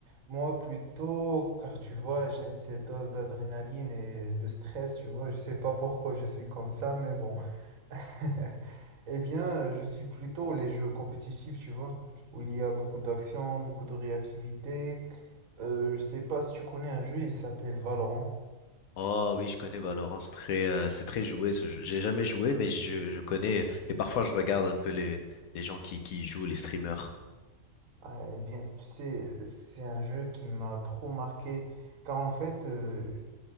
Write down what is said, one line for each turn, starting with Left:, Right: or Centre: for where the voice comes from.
Right: Moi, plutôt, car tu vois, j'aime ces doses d'adrénaline et de stress, tu vois. Je sais pas pourquoi je suis comme ça, mais bon. <laughs> Eh bien, euh, je suis plutôt les jeux compétitifs, tu vois, où il y a beaucoup d'action, beaucoup de réactivité. Euh, je sais pas si tu connais un jeu, il s'appelle Valorant.
Left: Oh oui, je connais Valorant, c'est très, euh, c'est très joué ce jeu. J'ai jamais joué, mais je, je connais et parfois je regarde un peu les, les gens qui, qui y jouent, les streamers.
Right: Ah, Eh bien, tu sais, c'est un jeu qui m'a trop marqué, car en fait, euh,